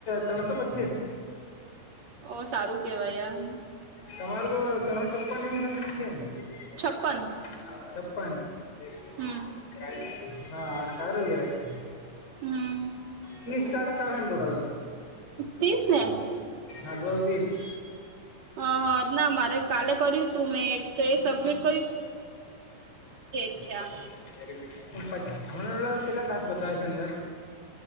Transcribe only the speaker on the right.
ઓ સારું કેવાય યાર.
છપ્પન
હમ
હમ
તીસ ને હ
હ ના મારે કાલે કર્યું તું મેં એક તો એ સબમિટ અચ્છા